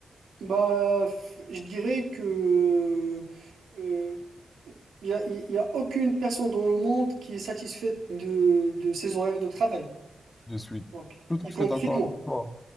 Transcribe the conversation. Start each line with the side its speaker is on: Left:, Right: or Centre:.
Right: Bah, f- je dirais que euh, il n'y a, y- y a aucune personne dans le monde qui est satisfaite de, de ses horaires de travail,
Left: Je suis
Right: donc,
Left: tout à
Right: y compris
Left: fait d'accord
Right: moi.
Left: avec toi.